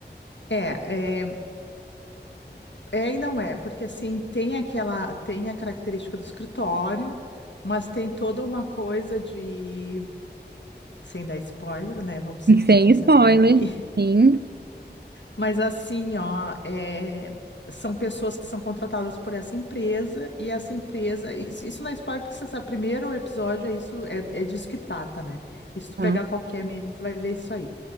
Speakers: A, on the left; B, on the right.
A: É, é, é e não é, porque assim, tem aquela, tem a característica do escritório, mas tem toda uma coisa de, sem dar spoiler, né? Vamos nos
B: Sem
A: concentrar
B: spoiler.
A: aqui.
B: Sim,
A: Mas assim, ó, é, são pessoas que são contratadas por essa empresa e essa empresa. Isso, isso não é spoiler, porque você sabe, primeiro episódio é isso, é, é disso que trata, né? E se tu
B: tá.
A: pegar qualquer meme, tu vai ver isso aí.